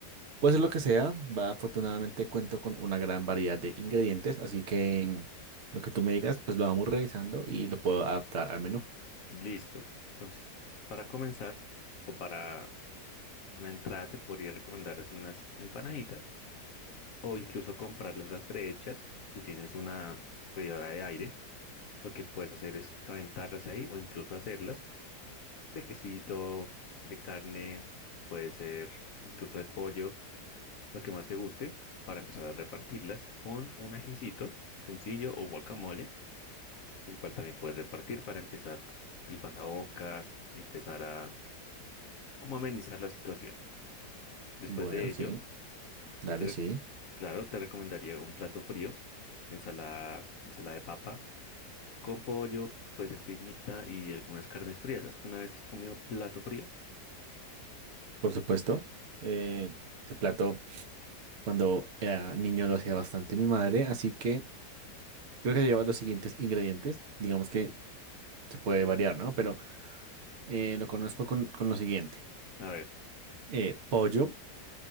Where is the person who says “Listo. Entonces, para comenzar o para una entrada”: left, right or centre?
Left